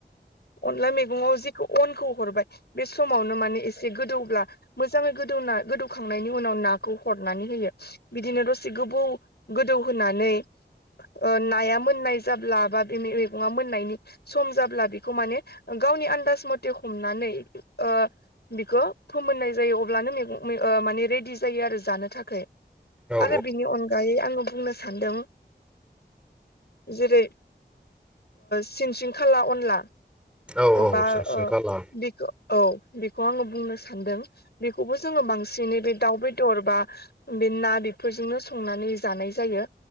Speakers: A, on the left (about 65°); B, in the centre.
A: अनला मैगंआव जिखौ अनखौ हरबाय बे समावनो माने एसे गोदौब्ला मोजाङै गोदौना गोदौखांनायनि उनाव नाखौ हरनानै होयो बिदिनो दसे गोबौ गोदौहोनानै ओ नाया मोननाय जाब्ला बा बे मैगङा मोननायनि सम जाब्ला बेखौ माने गावनि आन्दाज मथे हमनानै ओ बिखौ फोमोननाय जायो अब्लानो मैगं ओ माने रेडि जायो आरो जानो थाखाय
B: औ
A: आरो बिनि अनगायै आङो बुंनो सान सानदों जेरै सिनस्रिंखाला अनला
B: औ औ
A: बा
B: सोंसिन खाला
A: बिख औ बेखौ आङो बुंनो सानदों बेखौबो जोङो बांसिनै बे दाउ बेदर बा बे ना बेफोरजोंनो संनानै जानाय जायो।